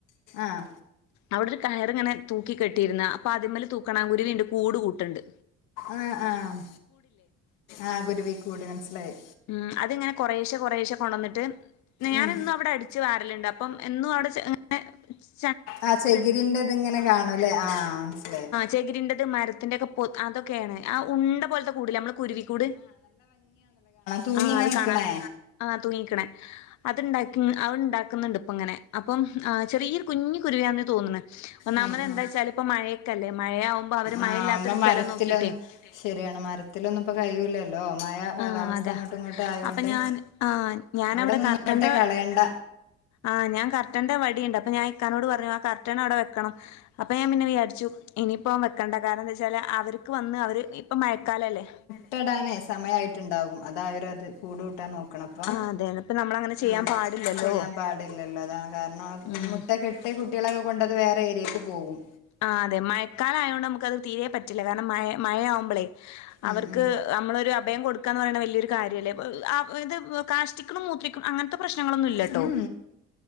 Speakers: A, on the left (about 80°); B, on the left (about 55°).
A: ആഹ്.
B: അവിടെരു കയറി ഇങ്ങനെ തൂക്കി കെട്ടിരുന്ന അപ്പൊ അതിമ്മല് തൂക്കണ കുരുവി ഉണ്ട് കൂട് കൂട്ട്ണ്ട്.
A: ആഹ് ആഹ് ആഹ് കുരുവികൂട് മനസ്സിലായി.
B: ഉം അത് ഇങ്ങനെ കൊറെേശ്ശെ കൊറെേശ്ശ കൊണ്ടോന്നിട്ട് ഞാനന്നു
A: ഉം
B: അവിടെ അട് ച്ച് വാരല്ണ്ട് അപ്പം എന്നും അവിടെ ചെ ങ്ങനെ
A: ആ ചെകിരിന്റെത് ഇങ്ങനെ കാണൂല്ലേ ആഹ് മനസ്സിലായി
B: ചകി്രിന്റെത് മരത്തിന്റെക്കെ പോത് അതൊക്കെയാണ് ആ ഉണ്ട പോലത്തെ കൂട നമ്മള് കുരുവിക്കൂട്.
A: തൂങ്ങിങ്ങനക്ക്ണെ.
B: ആഹ് അത് കാണാ ആഹ് തൂങ്ങിക്കണേ അത്ണ്ടാക്കിങ്‌ അവിടെണ്ടാക്കുന്നുണ്ട് ഇപ്പങ്ങനെ അപ്പം ആഹ് ചെറിയരു കുഞ്ഞു കുരുവിയന്നേ തോന്നുണേ ഒന്നാമത്
A: ഉം ഉം
B: എന്താെച്ചാല്
A: ഉം
B: ഇപ്പ മഴക്കല്ലേ മഴയാ ആവുമ്പോ അവര് മഴയില്ലാത്തൊരു
A: ആഹ് മ്മ
B: സ്ഥലം
A: മരത്തിലൊന്നും
B: നോക്കിയിട്ടേ
A: ശരിയാണ് മരത്തിലൊന്നും ഇപ്പ കയ്യുല്ലൽ ല്ലോ മായ കാലാവസ്ഥ
B: ആഹ് അതാ
A: അങ്ങോട്ടും ഇങ്ങോട്ടും ആയോണ്ട്
B: അപ്പൊ ഞാൻ ആഹ് ഞാനവിടെ
A: അവിടെ നിന്നേട്ടെ
B: കർട്ടന്റെ
A: കളയണ്ട.
B: ആഹ് ഞാൻ കർട്ടന്റെ വടിയുണ്ട് അപ്പൊ ഞാൻ ഇക്കാനോട് പറഞ്ഞു ആ കർട്ടൺ അവിടെ വെക്കണം അപ്പൾ ഞാൻ പിന്നെ വിചാരിച്ചു ഇനിയിപ്പം വെക്കണ്ട കാരണം എന്താ വെച്ചാൽ അവർക്ക് വന്ന് അവർ ഇപ്പം മഴക്കാല അല്ലേ.
A: മുട്ട ഇടാനെ സമയമായിട്ടുണ്ടാകും അതാ അവരഅത് കൂടൂട്ടാൻ നോക്കണം അപ്പം.
B: ആഹ് അതെ ഇപ്പ നമ്മളങ്ങനെ ചെയ്യാൻ
A: ഉം
B: പാടില്ലല്ലോ
A: ചെയ്യാൻ പാടില്ലല്ലോ അതാണ് കാരണം
B: ഉം
A: മുട്ടക്കെട്ടേ. കു കുട്ടികള കൊണ്ടത് വേറെ ഏരിയേക്ക് പോകും.
B: ആ അതെ മയക്കാലായോണ്ട് ഞമക്കത് തീരെ പ റ്റെല്യ കാരണം മയ മയാവുമ്പോളേ അവർക്ക്
A: ഉം ഉം
B: നമ്മളൊര് അഭയം കൊടുക്കാന്ന് പറയുന്ന വല്യൊരു കാര്യ അല്ലേ. ത് കാഷ്ടിക്കും മൂത്രിക്കും അങ്ങനത്തെ പ്രശ്നങ്ങളൊന്നും ഇല്ലട്ടോ
A: ഉം